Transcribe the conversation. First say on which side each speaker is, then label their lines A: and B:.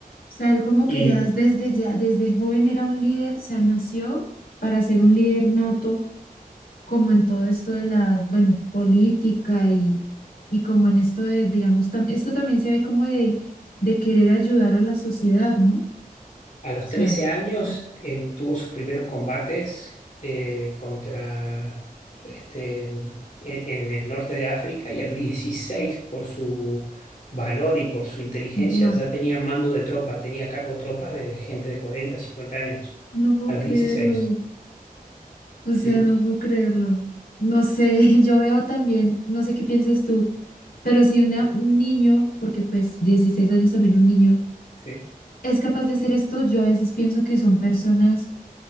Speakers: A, on the left (about 80°); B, on the left (about 55°).
A: sea, él como que
B: y
A: ya es desde ya, desde joven era un líder, o sea, nació para ser un líder nato, como en todo esto de la, bueno, política y, y como en esto de, digamos, tam- esto también se ve como de, de querer ayudar a la sociedad, ¿no? O
B: A los
A: sea,
B: 13 años em, tuvo sus primeros combates eh, contra este, en, en el norte de África y a los 16 por su valor y por su inteligencia,
A: wow,
B: ya tenía mando de tropa, tenía a cargo tropas de gente de 40 50 años.
A: no puedo
B: A los
A: creerlo,
B: dieciséis
A: o sea,
B: Sí,
A: no puedo creerlo. No sé, <laughs> yo veo también, no sé qué pienses tú, pero si una, un niño, porque pues 16 años también un niño,
B: sí.
A: es capaz de hacer esto, yo a veces pienso que son personas